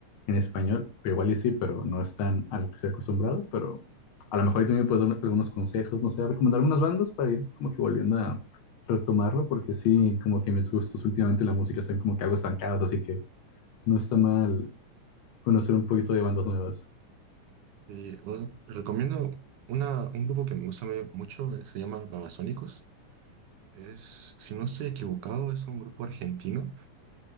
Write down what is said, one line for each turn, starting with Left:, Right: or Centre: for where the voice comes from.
Left: en español. Igual y sí, pero no es tan a lo que estoy acostumbrado. Pero a lo mejor ahí también puedes dar algunos consejos, no sé, recomendar algunas bandas para ir como que volviendo a retomarlo, porque sí, como que mis gustos últimamente en la música son como que algo estancados, así que no está mal conocer un poquito de bandas nuevas.
Right: Y bueno, te recomiendo una, un grupo que me gusta me- mucho, eh, se llama Babasónicos. Es, si no estoy equivocado, es un grupo argentino